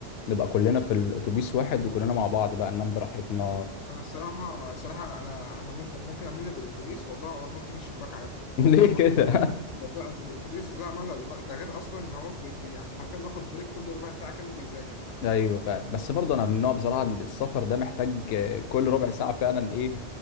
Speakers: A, on the left; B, on the left.
A: نبقى كلنا في الأتوبيس واحد وكلنا مع بعض بقى ننام براحتنا
B: انا الصراحه الصراحه انا انا ممكن ممكن اعمل لي بالاتوبيس والله وانط من الشباك عادي
A: <laughs> ليه
B: والله
A: كده
B: والله الاتوبيس لا ملل ده غير اصلا ان هو بي بي يعني حرفيا بياخد بريك كل ربع ساعه كانه بيذاكر
A: <laughs> ايوه فعلا بس برضه انا من النوع بصراحه إن السفر ده محتاج آه، كل ربع ساعه فعلا ايه